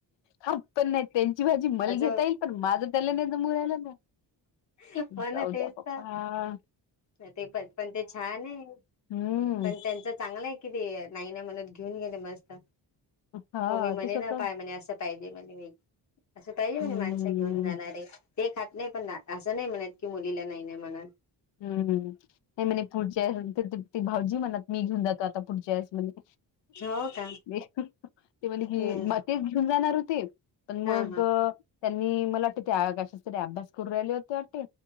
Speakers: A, on the left (about 75°); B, on the left (about 40°).
A: हाफ पण नाही त्यांची भाजी मल
B: असं
A: घेता येईल पण माझं लेंद्या च मुळ आलं का,
B: हो ना
A: जाऊ दया
B: तेच
A: बप्पा.
B: तर ते पत पण ते छान आहे
A: हम्म
B: पण त्यांच चांगलं हे. किती नाही नाही म्हणत घेऊन गेले मस्त.
A: हा
B: मम्मी म्हणे
A: ते स्वतः
B: ना पाय म्हणे असं पाहिजे म्हणे बई. असं पाहिजे म्हणे
A: हम्म
B: माणस घेऊन जाणारे. ते खात नाही पना, असं नाही म्हणत की मुलीला नाही नाही म्हनात.
A: हूं हूं नाही म्हणे पुढच्या ते दीप्ती भाऊजी म्हणत मी घेऊन जातो आता पुढच्या वेळेस म्हने.
B: हो का.
A: ते म्हने की
B: हम्म
A: म तेच घेऊन जाणार होते पण मग.
B: हा हा
A: त्यांनी मला वाटते ते कशाचतरी अभ्यास करू राहिले होते वाटते,